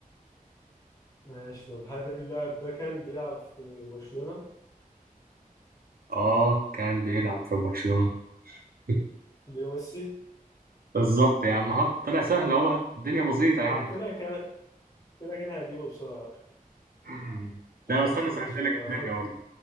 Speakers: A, on the left; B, on the right.
A: ماشي طب هل اللاعب ده كان بيلعب في برشلونه
B: اه كان بيلعب في برشلونة <laughs>
A: ليو ميسي
B: بالظبط يا عم ها طلع سهل اهو الدنيا بسيطة يعني
A: قلت لك انا قلت لك انا هجيبه بسرعه
B: <laughs>
A: خلاص
B: لا بس انا
A: ماشي
B: سهلت لك
A: هفكر
B: الدنيا برضه